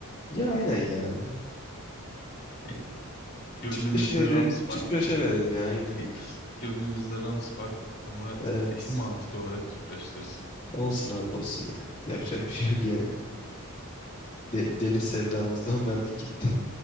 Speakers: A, on the left; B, on the left.
A: Ya aynen ya.
B: <laughs> Neyse. Gönlümüzde
A: Tüpraşı verelim,
B: Rams Park,
A: Tüpraş'a verelim ya aynen.
B: <laughs> Gönlümüzde Rams Park ama
A: Evet.
B: <laughs> mantık olarak Tüpraş diyoruz.
A: Olsun abi olsun ya. Yapacak bir şey yok yani. De- deniz sevdamızdan verdik gitti.